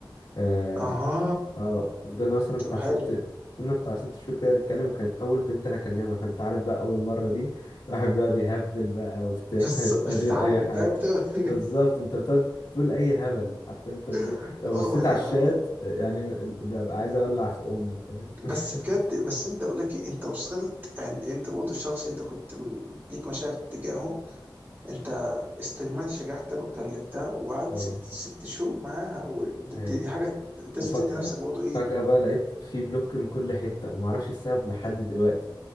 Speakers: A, on the left; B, on the right.
A: آه
B: اها
A: آه، وفضلنا مثلا بتاع
B: طب حلو
A: ست فضلنا بتاع ست شهور كده نتكلم وكانت أول بنت أنا أكلمها فأنت عارف بقى أول مرة دي الواحد بيقعد يهبل بقى وبتاع
B: بس
A: <laughs>
B: بتتعلم
A: يقعد يقول أي حاجة
B: فاهم بتقعد-
A: بالظبط أنت بتقعد تقول أي هبل حرفيا أنت بتقول
B: <laughs>
A: لو
B: اوه
A: بصيت
B: ماي
A: على
B: جاد
A: الشات آه، يعني ببقى عايز أولع في أمه فاهم <laughs>
B: بس بجد بس انت بقول لك ايه انت وصلت يعني انت برضه الشخص انت كنت م- ليك مشاعر تجاهه انت استجمعت شجاعتك وكلمتها وقعدت
A: اه
B: ست ست شهور معاها ودي
A: ايوه
B: دي حاجه لازم
A: وفجأة
B: تدي نفسك برضه ايه
A: فجأة بقى لقيت في بلوك من كل حتة ومعرفش السبب لحد دلوقتي